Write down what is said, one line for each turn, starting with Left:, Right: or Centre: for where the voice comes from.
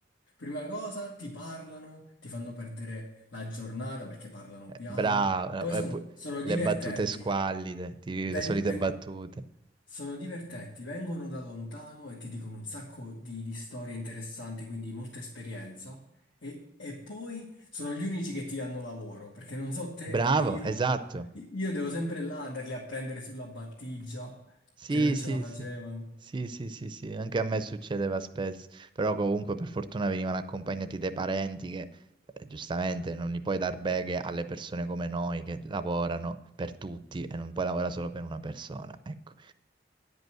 Left: Prima cosa ti parlano, ti fanno perdere la giornata perché parlano
Right: Eh,
Left: piano,
Right: Bravo,
Left: poi sono,
Right: eh, pu-
Left: sono
Right: le
Left: divertenti,
Right: battute squallide, ti-
Left: Ven-
Right: le solite
Left: ven-
Right: battute.
Left: sono divertenti, vengono da lontano e ti dicono un sacco di, di storie interessanti, quindi molta esperienza, e, e poi sono gli unici che ti danno lavoro, perché non so te,
Right: Bravo,
Left: io,
Right: esatto.
Left: io devo sempre là andarli a prendere sulla battigia,
Right: Sì,
Left: che non ce
Right: sì,
Left: la facevano.
Right: sì, sì, sì, sì, sì, anche a me succedeva spesso, però comunque per fortuna venivano accompagnati dai parenti che eh, giustamente non gli puoi dar beghe alle persone come noi che lavorano per tutti e non puoi lavorare solo per una persona, ecco.